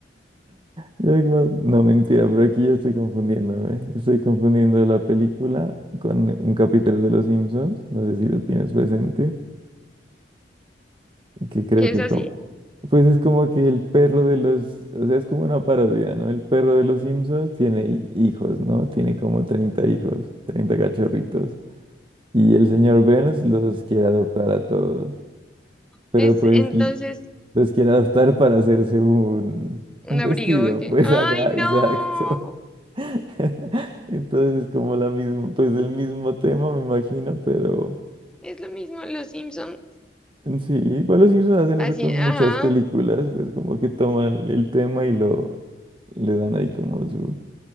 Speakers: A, on the right (about 30°); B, in the centre.
A: Ya vi que más- No, mentira, pero aquí ya estoy confundiéndome. Estoy confundiendo la película con un capítulo de Los Simpsons, no sé si lo tienes presente. que creo
B: ¿Qué
A: que
B: es así?
A: como, pues es como que el perro de los, o sea, es como una parodia, ¿no? El perro de los Simpsons tiene hi- hijos, ¿no? Tiene como 30 hijos, 30 cachorritos. Y el señor Burns los quiere adoptar a todos, pero
B: Es
A: pues
B: entonces
A: l- los quiere adoptar para hacerse un,
B: un
A: un
B: abrigo
A: vestido,
B: que...
A: pues
B: ¡Ay,
A: <laughs> ajá, exacto.
B: no!
A: <laughs> Entonces es como la misma, pues el mismo tema, me imagino, pero...
B: Es lo mismo en los Simpsons.
A: Sí, igual los Simpsons hacen
B: Así,
A: eso con
B: ajá.
A: muchas películas, pues como que toman el tema y lo le dan ahí como su...